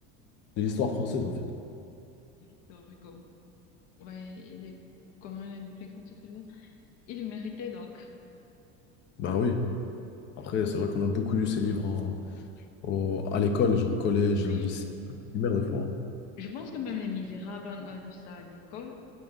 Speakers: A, on the left; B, on the left.
A: de l'histoire française, en fait.
B: Victor Hugo. Ouais, il est comme l'un des plus grands écrivains. Il le méritait donc.
A: Bah oui. Après, c'est vrai qu'on a beaucoup lu ces livres en- au- à l'école, genre au collège,
B: Oui,
A: au lycée, primaire des fois.
B: Je pense que même Les Misérables, on a lu ça à l'école.